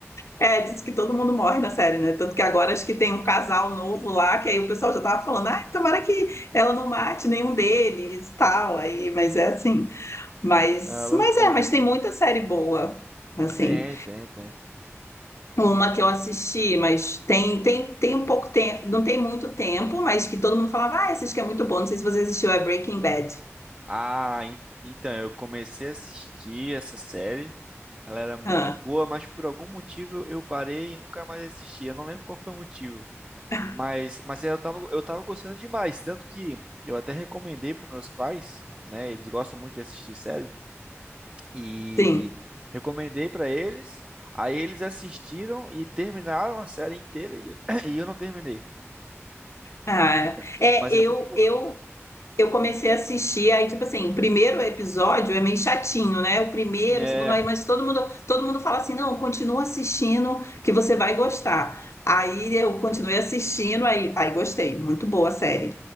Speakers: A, on the left; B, on the right.
A: é, diz que todo mundo morre na série, né? Tanto que agora acho que tem um casal novo lá, que aí o pessoal já tava falando, ah, tomara que ela não mate nenhum deles, tal, aí, mas é assim. Mas,
B: É uma loucura.
A: mas é, mas tem muita série boa, assim.
B: Tem, tem, tem.
A: Uma que eu assisti, mas tem, tem, tem um pouco tempo, não tem muito tempo, mas que todo mundo falava, ah, essa que é muito bom, não sei se você assistiu, é Breaking Bad.
B: Ah, en- então, eu comecei a assistir essa série. Ela era muito
A: Ah,
B: boa, mas por algum motivo eu parei e nunca mais assisti. Eu não lembro qual foi o motivo.
A: <laughs>
B: Mas, mas eu tava, eu tava gostando demais. Tanto que eu até recomendei para meus pais, né? Eles gostam muito de assistir série. E
A: sim.
B: recomendei pra eles. Aí eles assistiram e terminaram a série inteira e, <clears throat> e eu não terminei.
A: Ah,
B: Então,
A: é,
B: mas
A: eu,
B: é muito boa.
A: eu, eu comecei a assistir, aí, tipo assim, o primeiro episódio é meio chatinho, né? O primeiro,
B: É.
A: o segundo, aí, mas todo mundo, todo mundo fala assim, não, continua assistindo que você vai gostar. Aí eu continuei assistindo, aí, aí gostei, muito boa a série.